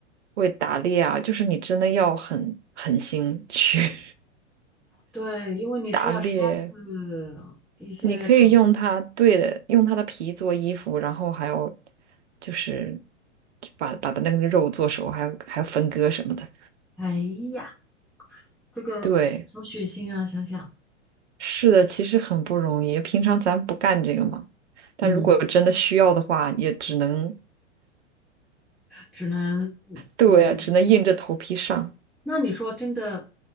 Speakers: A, on the right; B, in the centre.
A: 会打猎啊，就是你真的要很狠心去
B: 对，因为你是要杀死
A: <laughs> 打猎，
B: 一些长，
A: 你可以用它，对的，用它的皮做衣服，然后还有就是把把那个肉做熟，还有还有分割什么的。
B: 哎呀，这个好血腥啊！
A: 对，
B: 想想，
A: 是的，其实很不容易，平常咱不干这个嘛，但如果真的需要的话，
B: 嗯，
A: 也只能
B: 只能就
A: 对，只能硬着头皮上。
B: 那你说真的，